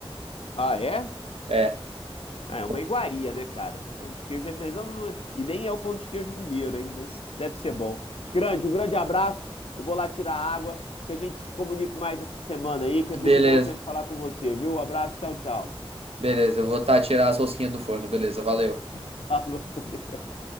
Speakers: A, on the left; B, on the right.
A: ah, é?
B: É.
A: Ah, É
B: comp-
A: uma iguaria, né, cara? Pão de queijo é mesmo, não- e nem é o pão de queijo mineiro, hein, mas deve ser bom. Grande, um grande abraço, eu vou lá tirar a água, que a gente se comunique mais essa semana aí, que é
B: Beleza,
A: muito bom sempre falar com você, viu? Um abraço, tchau, tchau.
B: beleza. Eu vou tá tirar as rosquinhas do forno, beleza, valeu.
A: <laughs> Falou com Deus.